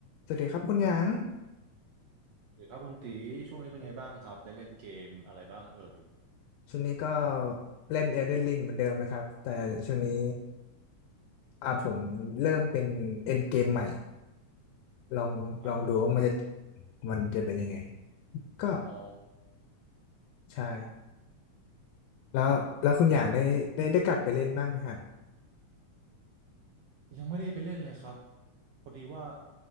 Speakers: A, on the left; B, on the right.
A: สวัสดีครับคุณหยาง
B: หรือครับคุณตีช่วงนี้เป็นไงบ้างครับได้เล่นเกมอะไรบ้างเอ่ย
A: ช่วงนี้ก็เล่น Elden Ring เหมือนเดิมนะครับ แต่ช่วงนี้อ่าผมเริ่มเป็นเอ็นเกมใหม่ลองลองดูว่ามันจะ
B: อ่า
A: มันจะเป็นยังไงก็
B: อ๋อ
A: ใช่แล้วแล้วคุณหยางได้ได้ได้กลับไปเล่นบ้างไหมครับ
B: อ่ะยังไม่ได้ไปเล่นเลยครับพอดีว่า